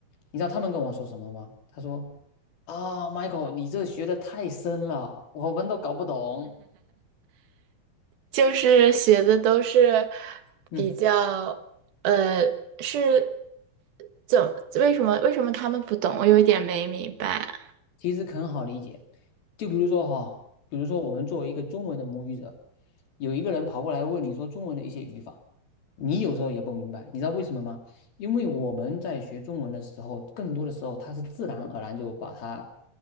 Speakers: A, on the left; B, on the right.
A: 你知道他们跟我说什么吗？他说：“啊，Michael，你这学的太深了，我们都搞不懂。”
B: 就是学的都是
A: 嗯。
B: 比较，呃，是怎么为什么为什么他们不懂？我有一点没明白。
A: 其实很好理解。就比如说哈，比如说我们作为一个中文的母语者，有一个人跑过来问你说中文的一些语法，你有时候也不明白，你知道为什么吗？因为我们在学中文的时候，更多的时候它是自然而然就把它，